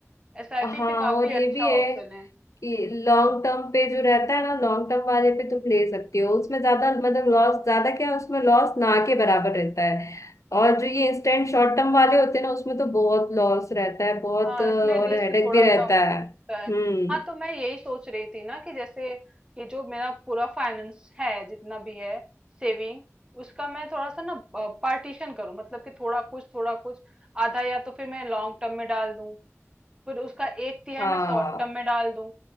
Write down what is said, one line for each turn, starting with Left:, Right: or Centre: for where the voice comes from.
Right: एसआईपी
Left: हाँ
Right: भी काफी
Left: और ये
Right: अच्छा
Left: भी है
Right: ऑप्शन है
Left: लॉन्ग टर्म पे जो रहता है ना लॉन्ग टर्म वाले पे तुम ले सकती हो उसमें ज्यादा मतलब लॉस ज्यादा क्या उसमें लॉस ना के बराबर रहता है और जो ये इंस्टेंट शॉर्ट टर्म वाले होते हैं ना उसमें तो बहुत लॉस रहता है बहुत
Right: हाँ
Left: अ, और
Right: इसमें रिस्क
Left: हेडेक
Right: थोड़ा
Left: भी
Right: सा
Left: रहता
Right: हो
Left: है
Right: सकता है
Left: हम्म
Right: हाँ तो मैं यही सोच रही थी ना कि जैसे कि जो मेरा पूरा फाइनेंस है जितना भी है सेविंग उसका मैं थोड़ा सा ना पार्टीशन करूं मतलब कि थोड़ा कुछ थोड़ा कुछ आधा या तो फिर मैं लॉन्ग टर्म में डाल दूं फिर उसका एक तिहाई
Left: हाँ
Right: मैं शॉर्ट टर्म में डाल दूं